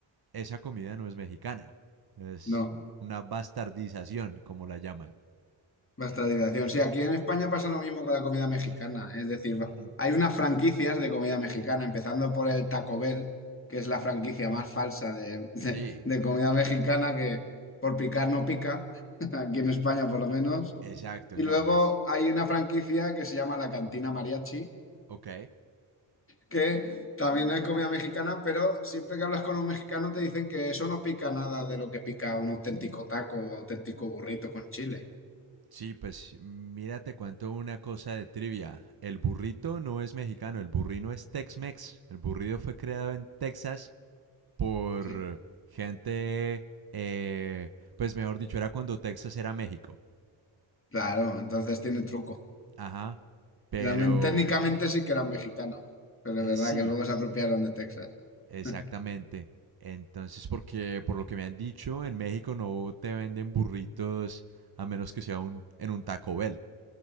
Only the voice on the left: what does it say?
No,
bastardización. Sí, aquí en España pasa lo mismo con la comida mexicana, es decir, va-
hay unas franquicias de comida mexicana, empezando por el Taco Bell, que es la franquicia más falsa de, de
de comida mexicana que por picar no pica, <laughs> aquí en España por lo menos.
Y
luego
hay una franquicia que se llama La Cantina Mariachi,
que también es comida mexicana, pero siempre que hablas con un mexicano te dicen que eso no pica nada de lo que pica un auténtico taco o auténtico burrito con chile.
Sí.
Claro, entonces tiene truco.
Realmente, técnicamente sí que eran mexicanos, pero
es verdad
que luego se apropiaron de Texas.
<laughs>